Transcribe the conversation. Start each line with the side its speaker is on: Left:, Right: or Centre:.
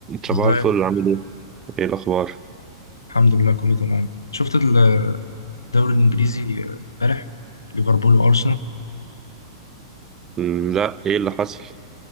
Right: صباح
Left: ازاي
Right: الفل عامل ايه؟ ايه الأخبار؟
Left: الحمد لله كله تمام شفت الدوري الانجليزي امبارح ليفربول وارسنال
Right: مم، لا ايه اللي حصل؟